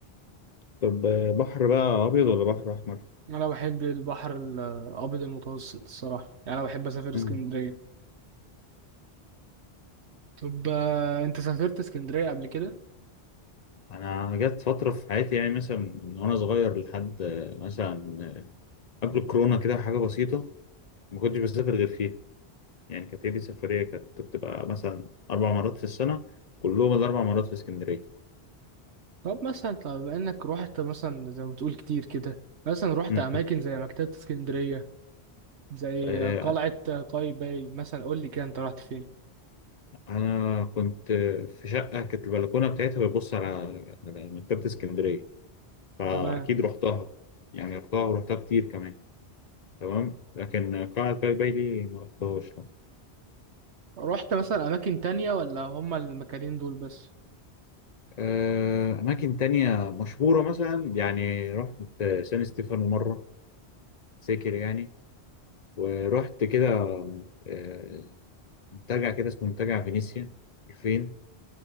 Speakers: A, on the left (about 45°); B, on the right (about 80°).
A: طب آه، بحر بقى ابيض ولا بحر احمر
B: انا بحب البحر الابيض المتوسط الصراحه يعني انا بحب اسافر اسكندريه
A: امم
B: طب آه، انت سافرت اسكندريه قبل كده
A: انا جت فتره في حياتي يعني مثلا من وانا صغير لحد آه، مثلا قبل الكورونا كده حاجه بسيطه ما كنتش بسافر غير فيها يعني كانت هي دي سفريه كانت بتبقى مثلا اربع مرات في السنه كلهم الاربع مرات في اسكندريه
B: طب مثلا طب انك روحت مثلا زي ما بتقول كتير كده مثلا روحت
A: مم.
B: اماكن زي مكتبه اسكندريه زي
A: آه،
B: قلعة قايتباي مثلا قول لي كده انت رحت فين
A: انا كنت آه، في شقه كانت البلكونه بتاعتها بتبص على على مكتبه اسكندريه فاكيد
B: تمام
A: رحتها يعني رحتها ورحتها كتير كمان تمام لكن قلعه قايتباي دي ما رحتهاش
B: رحت مثلا اماكن تانية ولا هما المكانين دول بس
A: آه، أماكن تانية مشهورة مثلا يعني رحت سان ستيفانو مرة فاكر يعني ورحت كده آه، منتجع كده اسمه منتجع فينيسيا 2000